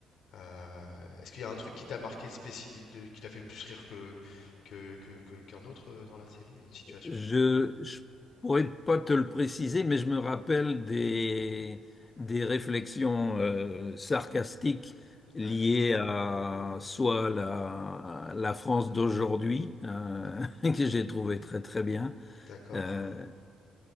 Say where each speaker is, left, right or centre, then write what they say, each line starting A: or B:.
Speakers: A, on the left; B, on the left.
A: Euh, est-ce qu'il y a un truc qui t'a marqué spécial, qui t'a fait plus rire que, que, que- que- qu'un autre euh, dans la série, une situation?
B: Je, je pourrais pas te le préciser, mais je me rappelle des, des réflexions euh, sarcastiques liées
A: Ouais,
B: à soit la, la France d'aujourd'hui, euh, <laughs> que j'ai trouvé très très bien,
A: d'accord.
B: euh,